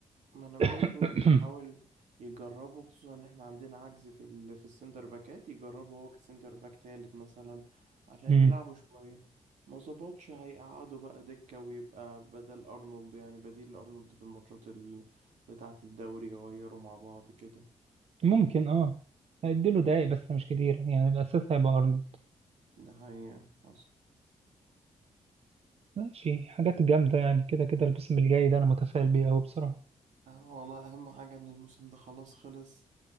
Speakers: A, on the right (about 85°); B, on the right (about 55°).
A: ما انا بقولك
B: <clears throat>
A: ممكن يحاول يجربه خصوصا ان احنا عندنا عجز في ال... في السنتر باكات يجربه هو كسنتر باك تالت مثلا عشان
B: مم.
A: يلعبوا شوية ما ظبطش هيقعدوا بقى دكة ويبقى بدل ارنولد يعني بديل لارنولد في الماتشات ال... بتاعة الدوري يغيروا مع بعض كده
B: ممكن اه هيديله دقايق بس مش كتير يعني الاساس هيبقى ارنولد
A: ده حقيقة حصل
B: ماشي حاجات جامدة يعني كده كده الموسم الجاي ده أنا متفائل بيه أوي بصراحة
A: اه والله اهم حاجة ان الموسم ده خلاص خلص